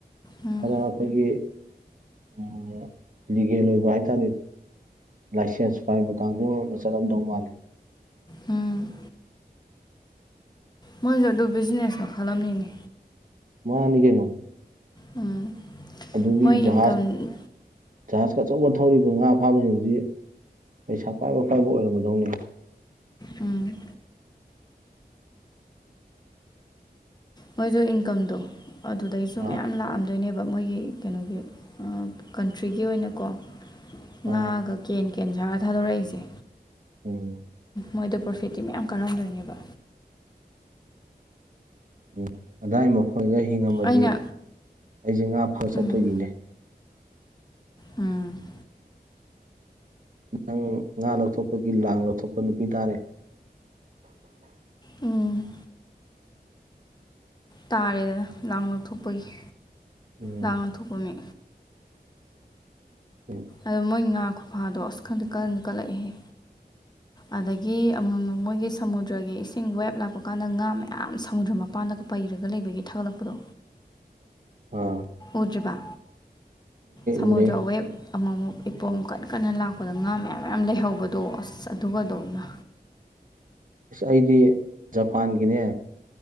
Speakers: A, on the left; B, on the right.
A: ꯎꯝ
B: ꯈꯔ ꯑꯩꯈꯣꯏꯒꯤ ꯎꯝ ꯂꯤꯒꯦꯜ ꯑꯣꯏꯕ ꯍꯥꯏꯇꯥꯔꯦ ꯂꯥꯏꯁꯦꯟꯁ ꯄꯥꯏꯕ ꯀꯥꯡꯕꯨꯅ ꯆꯠꯂꯝꯗꯧ ꯃꯥꯜꯂꯦ
A: ꯎꯝ ꯃꯣꯏꯁꯨ ꯑꯗꯨ ꯕꯤꯖꯤꯅꯦꯁ ꯃꯈꯜ ꯑꯃꯅꯤꯅꯦ
B: ꯃꯥꯟꯅꯤ ꯀꯦꯅꯣ
A: ꯎꯝ
B: ꯑꯗꯨꯒꯤ
A: ꯃꯣꯏ ꯏꯟꯀꯝ
B: ꯖꯍꯥꯖ ꯖꯍꯥꯖꯀ ꯑꯆꯧꯕ ꯊꯧꯔꯤꯕ ꯉꯥ ꯐꯥꯕꯁꯤꯡ ꯑꯗꯨꯗꯤ ꯄꯩꯁꯥ ꯄꯥꯏꯕ ꯄꯥꯏꯕ ꯑꯣꯏꯔꯝꯃꯗꯧꯅꯤ
A: ꯎꯝ ꯃꯣꯏꯁꯨ ꯏꯟꯀꯝꯗꯣ ꯑꯗꯨꯗꯩꯁꯨ
B: ꯑꯥ
A: ꯃꯌꯥꯝ ꯂꯥꯛꯑꯝꯗꯣꯏꯅꯦꯕ ꯃꯣꯏꯒꯤ ꯀꯩꯅꯣꯒꯤ ꯀꯟꯇ꯭ꯔꯤꯒꯤ ꯑꯣꯏꯅꯀꯣ ꯉꯥꯒ
B: ꯑꯥ
A: ꯀꯦꯟ ꯀꯦꯟ ꯁꯥꯔ ꯊꯥꯗꯣꯔꯛꯏꯁꯦ
B: ꯎꯝ
A: ꯃꯣꯏꯗ ꯄ꯭ꯔꯣꯐꯤꯠꯇꯤ ꯃꯌꯥꯝ ꯀꯥꯔꯝꯗꯣꯏꯅꯦꯕ
B: ꯎꯝ ꯑꯗꯥꯏ ꯃꯣꯏꯒ ꯍꯤꯡꯉꯝꯃꯗꯤ
A: ꯑꯩꯅ
B: ꯑꯩꯁꯦ ꯉꯥ ꯐꯕ ꯆꯠꯇꯣꯏꯅꯤꯅꯦ
A: ꯎꯝ ꯎꯝ
B: ꯅꯪ ꯉꯥ ꯂꯧꯊꯣꯛꯄꯒꯤ ꯂꯥꯡ ꯂꯧꯊꯣꯛꯄ ꯅꯨꯄꯤ ꯇꯥꯔꯦ
A: ꯎꯝ ꯇꯥꯔꯦꯗꯅ ꯂꯥꯡ ꯂꯧꯊꯣꯛꯄꯒꯤ
B: ꯎꯝ
A: ꯂꯥꯡ ꯂꯧꯊꯣꯛꯄ ꯃꯤ
B: ꯎꯝ
A: ꯑꯗꯣ ꯃꯣꯏ ꯉꯥ ꯈꯨꯐꯥꯗꯣ ꯑꯁ ꯈꯪꯗ ꯀꯟꯗꯤ ꯀꯠꯂꯛꯏꯦꯍꯦ ꯑꯗꯒꯤ ꯑꯃꯨꯛ ꯃꯨꯛ ꯃꯣꯏꯒꯤ ꯁꯃꯨꯗ꯭ꯔꯒꯤ ꯏꯁꯤꯡ ꯋꯦꯞ ꯂꯥꯛꯄ ꯀꯥꯟꯗ ꯉꯥ ꯃꯌꯥꯝ ꯁꯃꯨꯗ꯭ꯔ ꯃꯄꯥꯟꯗ ꯄꯩꯔꯒ ꯂꯩꯕꯒꯤ ꯊꯥꯒꯠꯂꯛꯄꯗꯣ
B: ꯑ
A: ꯎꯗ꯭ꯔꯤꯕ ꯁꯃꯨꯗ꯭ꯔ
B: ꯎꯔꯦ
A: ꯋꯦꯞ ꯑꯃꯃꯨꯛ ꯏꯄꯣꯝ ꯀꯟꯅ ꯀꯟꯅ ꯂꯥꯛꯄꯗ ꯉꯥ ꯃꯌꯥꯝ ꯃꯌꯥꯝ ꯂꯩꯍꯧꯕꯗꯣ ꯑꯁ ꯑꯗꯨꯒꯗꯧꯃ
B: ꯏꯁ ꯑꯩꯗꯤ ꯖꯄꯥꯟꯒꯤꯅꯦ